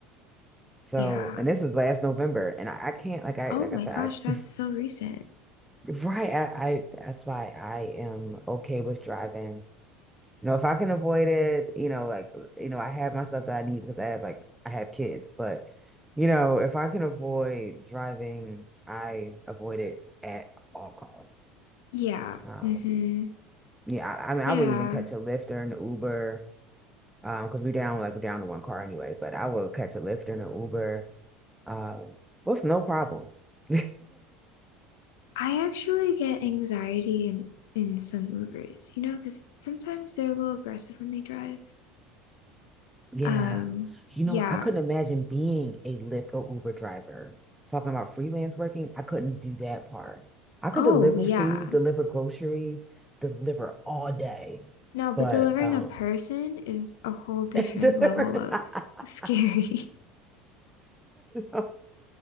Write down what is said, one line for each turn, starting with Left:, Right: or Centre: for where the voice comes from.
Centre: So,
Left: Yeah.
Centre: and this was last November and I, I can't like I
Left: Oh
Centre: like
Left: my
Centre: I said
Left: gosh, that's
Centre: I,
Left: so recent.
Centre: <laughs> right I, I that's why I am okay with driving You know, if I can avoid it, you know, like, you know, I have my stuff that I need because I have like I have kids, but you know, if I can avoid driving, I avoid it at all costs.
Left: Yeah.
Centre: Um,
Left: Mm-hmm.
Centre: yeah, I, I mean, I
Left: Yeah.
Centre: would even catch a Lyft or an Uber, um, because we down like we're down to one car anyway, but I would catch a Lyft and an Uber, um, with no problem. <laughs>
Left: I actually get anxiety in in some Ubers, you know, because sometimes they're a little aggressive when they drive.
Centre: Yeah.
Left: Um,
Centre: You know,
Left: yeah.
Centre: I couldn't imagine being a Lyft or Uber driver. Talking about freelance working, I couldn't do that part. I could
Left: Oh,
Centre: deliver
Left: yeah.
Centre: food, deliver groceries, deliver all day,
Left: No, but
Centre: but
Left: delivering
Centre: um
Left: a person is a whole different
Centre: <laughs> deliver
Left: level of
Centre: <laughs>
Left: <laughs> scary.
Centre: So,